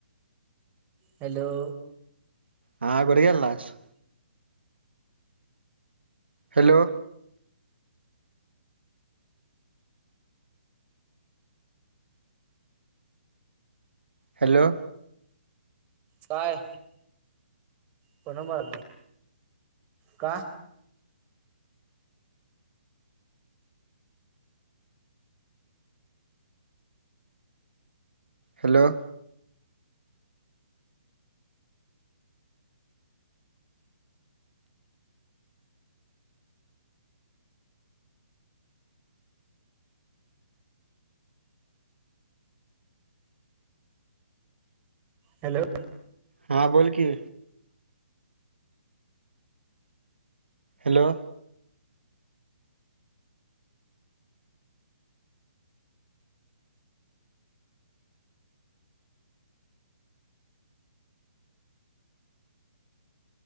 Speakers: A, on the right; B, on the right.
A: hello,
B: हा. कुठ गेलतास? हॅलो, हॅलो,
A: काय? कोण बा? का?
B: हॅलो,
A: हॅलो,
B: हां. बोल की? हॅलो,